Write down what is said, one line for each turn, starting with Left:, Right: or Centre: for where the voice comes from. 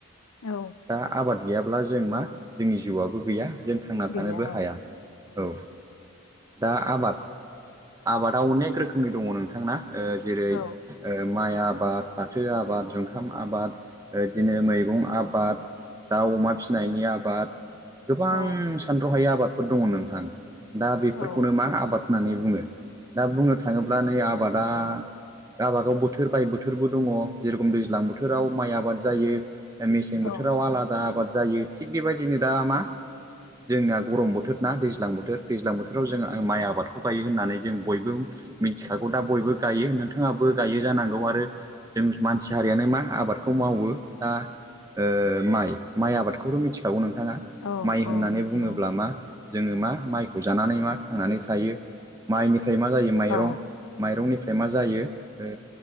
Left: औ
Right: दा आबाद गैयाब्ला जों मा जोंनि जिउआबो गैया जों थांना थानोबो
Left: गैया औ
Right: हाया औ दा आबाद, आबादा अनेक रोखोमनि दङ' नोंथां ना? ओ जेरै
Left: औ
Right: ओ माइ आबाद, फाथो आबाद, जुंखाम आबाद, ओ इदिनो मैगं आबाद दाउ अमा फिनायनि आबाद। गोबां
Left: औ
Right: सानथ्र'हायै आबादफोर दङ' नोंथां दा बेफोरखौनो
Left: औ
Right: मा आबाद होननानै बुङो। दा बुंनो थाङोब्ला नै आबादा गाबा गाव बोथोर बाय बोथोरबो दङ' जेरखम दैज्लां बोथोराव माइ आबाद जायो। मेसें
Left: औ
Right: बोथोराव आलादा आबाद जायो थिग बेबायदिनो दा मा जोंना गरम बोथोर ना दैज्लां बोथोर दैज्लां बोथोराव जों आं माइ आबादखौ गायो होननानै जों बयबो मिन्थिखागौ दा बयबो गायो नोंथाङाबो गायो जानांगौ आरो जों मानसि हारियानो मा आबादखौ मावो। दा ओ माइ माइ आबादखौथ' मिथिखागौ नोंथाङा।
Left: औ
Right: माइ होननानै
Left: औ मिथिगौ
Right: बुङोब्ला मा? जोङो मा माइखौ जानानै मा थांनानै थायो। माइनिफ्राय मा जायो माइरं
Left: औ
Right: माइरंनिफ्राय मा जायो ओ